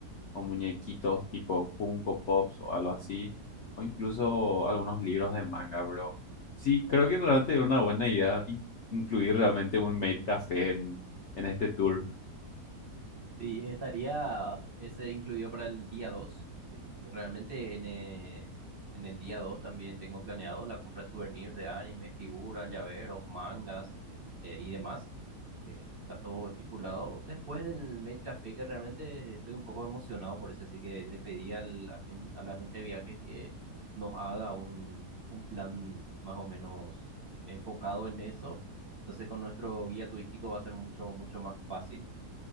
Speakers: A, on the left (about 65°); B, on the right (about 45°).
A: o muñequitos tipo Funko Pops o algo así, o incluso algunos libros de manga, bro. Sí, creo que realmente es una buena idea in- incluir realmente un maid café en, en este tour.
B: Sí, estaría ese incluido para el día 2. Eh, realmente en, eh, en el día 2 también tengo planeado la compra de souvenirs de anime, figuras, llaveros, mangas eh, y demás. Eh, está todo estipulado. Después del Maid Café, que realmente estoy un poco emocionado por eso, así que le pedí al agen- a la agencia de viajes que nos haga un, un plan más o menos enfocado en eso. Entonces con nuestro guía turístico va a ser mucho, mucho más fácil.